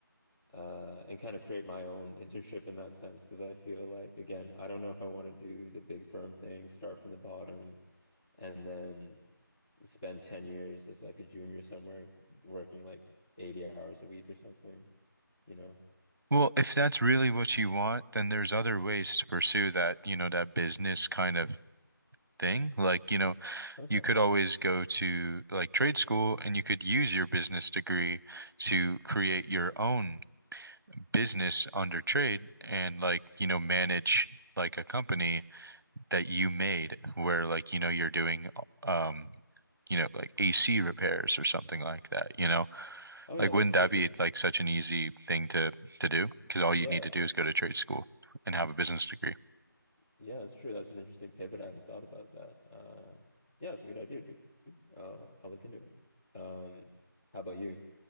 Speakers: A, on the left; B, on the right.
A: uh, and kind of create my own <laughs> internship in that sense because I feel like again I don't know if I want to do the big firm thing, start from the bottom, and then spend 10 years as like a junior somewhere working like 80 hours a week or something, you know?
B: Well, if that's really what you want, then there's other ways to pursue that, you know, that business kind of thing. Like, you know,
A: Okay.
B: you could always go to like trade school and you could use your business degree to create your own business under trade and like, you know, manage like a company that you made where like you know you're doing um you know like AC repairs or something like that, you know?
A: Oh
B: Like
A: yeah,
B: wouldn't
A: that's true
B: that
A: too.
B: be like such an easy thing to to do? Because all
A: Yeah,
B: you need to do is go to trade school and have a business degree.
A: Yeah, that's true. That's an interesting pivot. I haven't thought about that. Uh, yeah, it's a good idea, dude. I'll I'll look into it. Um, how about you?